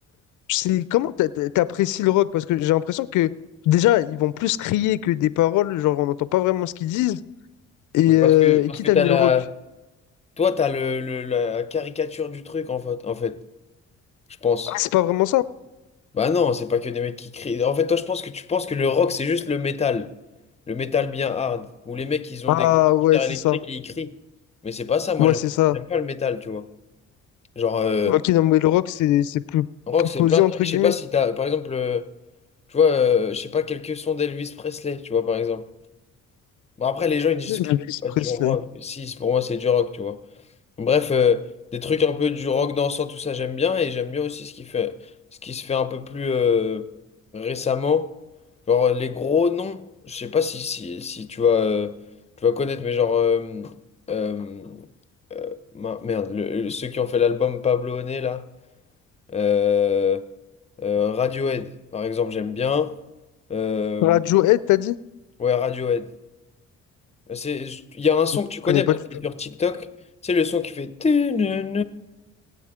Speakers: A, on the left (about 75°); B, on the left (about 20°).
A: c'est comment t'a- t'a- t'apprécies le rock? Parce que j'ai l'impression que déjà ils vont plus crier que des paroles, genre on n'entend pas vraiment ce qu'ils disent. Et,
B: Mais
A: euh,
B: parce que
A: et
B: parce
A: qui
B: que
A: t'a
B: t'as
A: mis
B: la.
A: au rock?
B: Toi, t'as le, le- la caricature du truc en fait, en fait, je pense.
A: Ah, c'est pas vraiment ça.
B: Bah non, c'est pas que des mecs qui crient. En fait, toi, je pense que tu penses que le rock, c'est juste le métal. Le métal bien hard. Où les mecs, ils
A: Ah
B: ont des guitares
A: ouais, c'est
B: électriques
A: ça.
B: et ils crient. Mais c'est pas ça, moi
A: Ouais,
B: j'aime
A: c'est ça.
B: j'aime pas le métal, tu vois. Genre, euh,
A: Ok, non mais le rock c'est c'est plus,
B: rock,
A: plus
B: c'est
A: posé
B: plein de
A: entre
B: trucs.
A: guillemets.
B: Je sais pas si t'as, par exemple, euh, tu vois, euh, je sais pas, quelques sons d'Elvis Presley, tu vois, par exemple. Bon, après, les gens, ils disent
A: Elvis
B: que c'est pas
A: Presley.
B: du rock. Mais si, c'est- pour moi, c'est du rock, tu vois. Bref, euh, des trucs un peu du rock dansant, tout ça, j'aime bien. Et j'aime bien aussi ce qui fait, ce qui se fait un peu plus euh, récemment. Genre, euh, les gros noms. Je sais pas si, si, si tu vas, euh, tu vas connaître, mais genre... euh, euh, euh, ma- merde, le- le- ceux qui ont fait l'album Pablo Honey, là. Euh, euh, Radiohead, par exemple, j'aime bien. Euh,
A: Radiohead, t'as dit?
B: ouais, Radiohead. C'est, il y a un son
A: Je
B: que tu connais
A: connais pas
B: parce
A: du
B: que
A: tout.
B: c'est sur TikTok. C'est le son qui fait. tu- nu-